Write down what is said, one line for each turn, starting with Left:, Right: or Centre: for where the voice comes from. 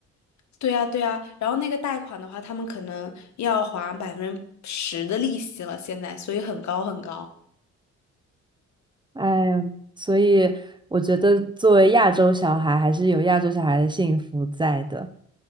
Left: 对呀，对呀，然后那个贷款的话，他们可能要还百分之十的利息了，现在，所以很高很高。
Right: 哎呀，所以我觉得作为亚洲小孩，还是有亚洲小孩的幸福在的。